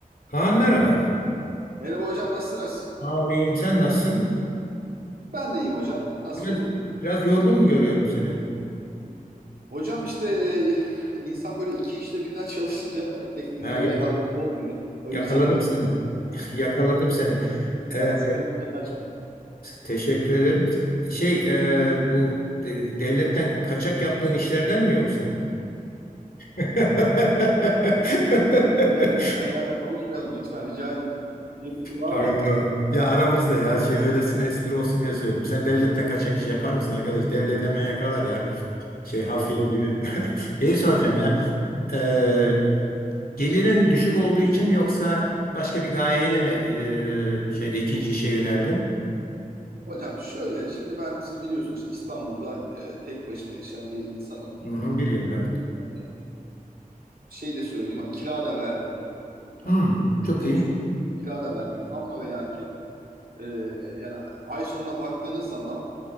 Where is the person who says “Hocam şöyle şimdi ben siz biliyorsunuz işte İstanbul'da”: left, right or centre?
Right